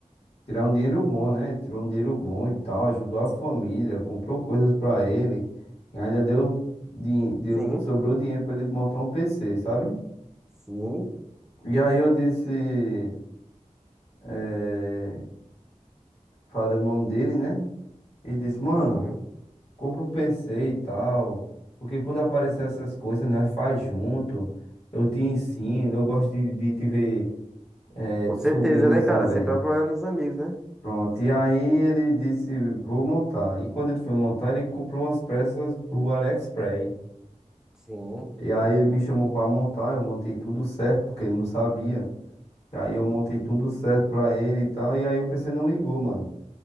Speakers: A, on the left (about 50°); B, in the centre.
A: tirar um dinheiro bom, né? Tirou um dinheiro bom e tal, ajudou a família, comprou coisas pra ele, e ainda deu, din- deu,
B: sim.
A: sobrou dinheiro pra ele montar um PC, sabe?
B: Sim,
A: E aí eu disse, eh, falei o nome dele, né? E disse, mano,
B: Sim.
A: compra um PC e tal. Porque quando aparecer essas coisas, nós faz junto. Eu te ensino, eu gosto de, de te ver eh,
B: Com
A: subindo
B: certeza, né, cara?
A: também.
B: Sempre apoiando os amigos, né?
A: Pronto. E aí ele disse, vou montar. E quando ele foi montar, ele comprou umas peças do AliExpress.
B: Sim.
A: E aí ele me chamou pra montar, eu montei tudo certo, porque ele não sabia. E aí eu montei tudo certo pra ele e tal. E aí o PC não ligou, mano.